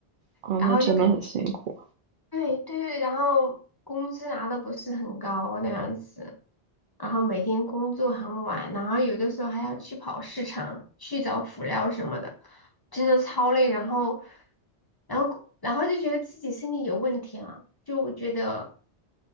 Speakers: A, on the right; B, on the left.
A: 啊，
B: 然后就感
A: 那真的很辛苦。
B: 对对对，然后工资拿的不是很高那样子，然后每天工作很晚，然后有的时候还要去跑市场去找辅料什么的，真的超累，然后然后然后就觉得自己身体有问题啊，就觉得。